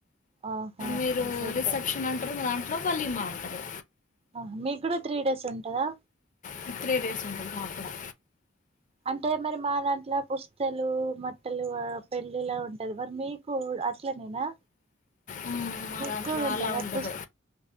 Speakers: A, on the right; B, on the left.
A: ఆహా
B: మీరు
A: గద్ద
B: రిసెప్షన్ అంటరు మీ అంట లోపలి మాటారు
A: ఆ మీకు కూడా త్రీ డేస్ ఉంటదా
B: మీకు త్రీ డేస్ ఉంటుంది మాకు కూడా
A: అంటే మీరు మా దాంట్ల పుస్తలు మట్టలు పెళ్ళిలా ఉంటుది మరి మీకు అట్లనేనా
B: ఉమ్ మా
A: మీకు
B: దాంట్లో
A: కూడా ఉంటాయా
B: అలా ఉంటదు
A: పుస్